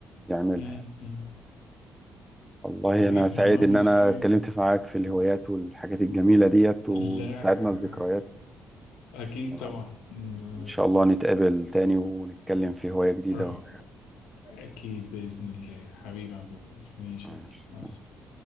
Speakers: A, in the centre; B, on the left.
A: يعملها
B: امم
A: يعني.
B: أمم.
A: والله
B: حبيبي
A: أنا سعيد
B: الله المستعان
A: إن أنا اتكلمت معاك في الهوايات والحاجات الجميلة ديت
B: لا
A: واستعدنا الذكريات
B: اكيد
A: تمام
B: طبعا أمم.
A: إن شاء الله نتقابل تاني ونتكلم في هواية جديدة
B: قريب اكيد باذن الله حبيبي عبد اللطيف ماشي
A: ماشي.
B: يا غالي مع السلامة.